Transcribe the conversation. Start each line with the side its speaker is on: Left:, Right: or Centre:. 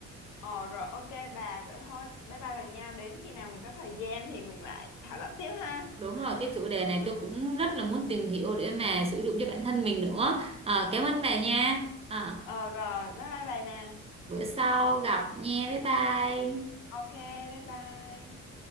Left: Ồ rồi ok bà vậy thôi. Bye bye bà nha. Đến khi nào mình có thời gian thì mình lại thảo luận tiếp ha.
Right: Đúng rồi, cái chủ đề
Left: Ừ.
Right: này tôi cũng rất là muốn tìm hiểu để mà sử dụng cho bản thân mình nữa. Ờ, cảm ơn bà nha. Ờ,
Left: Ờ rồi, bye bye bà nè.
Right: bữa sau gặp nha, bye bye.
Left: Ok, bye bye.